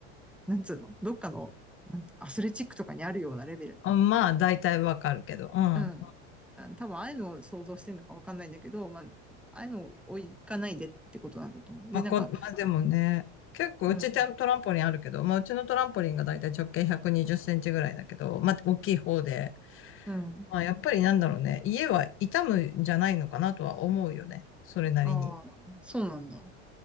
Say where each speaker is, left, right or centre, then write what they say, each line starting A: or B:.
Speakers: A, in the centre; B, on the left (about 35°).
A: なんつうのどっかの、なんアスレチックとかにあるようなレベル。
B: あ、まあ大体わかるけど。うん。
A: うん。うん多分ああいうのを想像してるのかわかんないんだけど、まあ、ああいうのを行かないでってことなんだと思う。
B: まあこ、
A: で、なんか、
B: まあでもね、結構うちトランポリンあるけど、
A: うん、
B: まあうちのトランポリンが大体直径120センチぐらいだけど、まあ大きい方で、
A: うん。
B: まあやっぱりなんだろうね、家は傷むんじゃないのかなとは思うよね。それなりに。
A: ああ、そうなんだ。